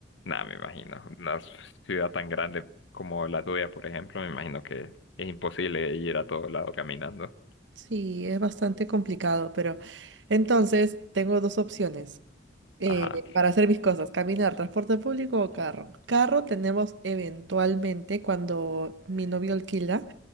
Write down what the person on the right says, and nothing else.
Sí, es bastante complicado, pero entonces tengo dos opciones eh,
para hacer mis cosas, caminar, transporte público o carro. Carro tenemos eventualmente cuando mi novio alquila,